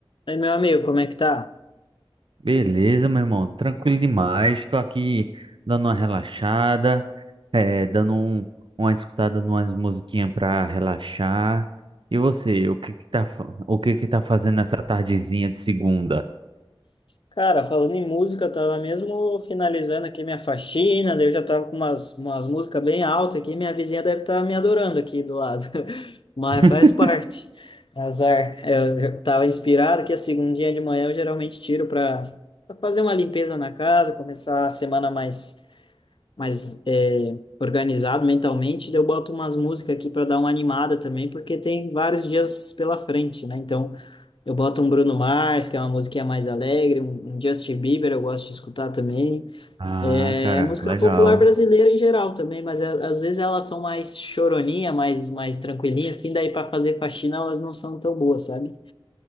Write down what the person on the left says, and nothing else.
Aí, meu amigo, como é que tá?
Cara, falando em música, eu tava mesmo finalizando aqui minha faxina, daí eu já tava com umas, umas músicas bem altas aqui, minha vizinha deve estar me adorando aqui do lado, <laughs> mas
faz parte, azar. Eu já tava inspirado que a segundinha de manhã eu geralmente tiro para fazer uma limpeza na casa, começar a semana mais, mais é, organizado mentalmente, daí eu boto umas músicas aqui para dar uma animada também, porque tem vários dias pela frente, né? Então. Eu boto um Bruno Mars, que é uma musiquinha mais alegre, um um Justin Bieber, eu gosto de escutar também.
É
música
popular brasileira em geral também, mas é- às vezes elas são mais choroninha, mais, mais tranquilinha, assim, daí para fazer faxina elas não são tão boas, sabe?